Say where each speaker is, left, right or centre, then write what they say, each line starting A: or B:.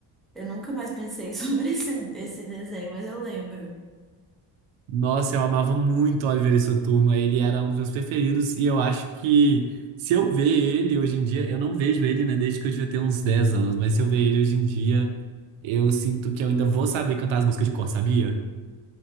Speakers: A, in the centre; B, on the right.
A: eu nunca mais pensei <laughs> sobre esse, esse desenho, mas eu lembro.
B: Nossa, eu amava muito o Oliver e sua turma. Ele era um dos meus preferidos. E eu acho que se eu ver ele hoje em dia, eu não vejo ele, né, desde que eu devia ter uns 10 anos, mas se eu ver ele hoje em dia, eu sinto que eu ainda vou saber cantar as músicas de cor, sabia?